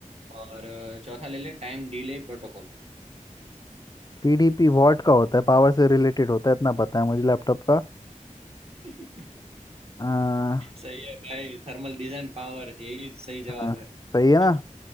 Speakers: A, on the right; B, on the left.
A: और अ, चौथा ले ले टाइम डिले प्रोटोकॉल
B: टीडीपी वॉट का होता है पावर से रिलेटेड होता है इतना पता है मुझे लैपटॉप
A: <laughs>
B: का
A: सही है भाई थर्मल डिजाइन पावर यही सही जवाब
B: हाँ
A: है
B: सही
A: <laughs>
B: है ना